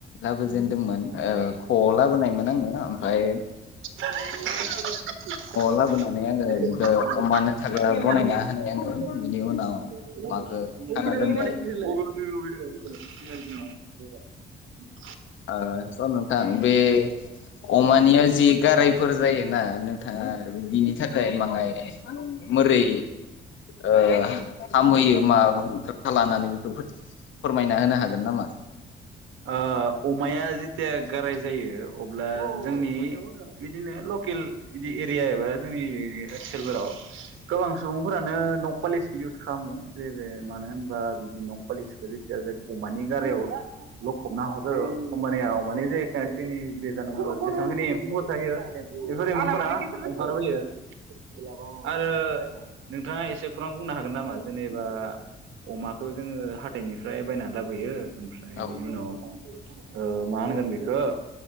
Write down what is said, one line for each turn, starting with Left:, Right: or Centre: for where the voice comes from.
Left: लाबोजेनदोंमोन ओ ख लाबोनायमोन आंङो ओमफय
Right: <unintelligible>
Left: लाबोनानै आङो अमानो थाग्रा बनायना होनाय आङो बिनि उनाव अमाखौ खाना दोनबाय ओ स' नोंथां बे अमानिया जि गारायफोर जायो ना नोंथाङा बिनि थाखाय माङाय मोरै ओ हामहोयो मा लानानै बेखौ फोरमायना होनो हागोन नामा?
Right: अमाया जेथिया गाराय जायो अब्ला जोंनि बिदिनो लकेल बिदि एरिया एबा जोंनि बेराद सोलफोराव गोबां सुबुंफोरानो नकपालिसखौ इउस खालामो जे मानो होनबा बिदि न'कपालिसखौ जेथिया जाय अमानि गारायाव लखबना हरो आरो हबानिया अमानि जेखखिनि बेजानुफोर जेसेबांखिनि एम्फौफोर थायो बेफोर एम्फौफोरा ओंखारबोयो थाङा नोंथाङा एसे खौरां बुंनो हागोन नामा जेनेबा अमाखौ जोङो हाथायनिफ्राय बायनानै लाबोयो ओमफ्राय बिनि
Left: औ
Right: उनाव ओ मा होनगोन बेखौ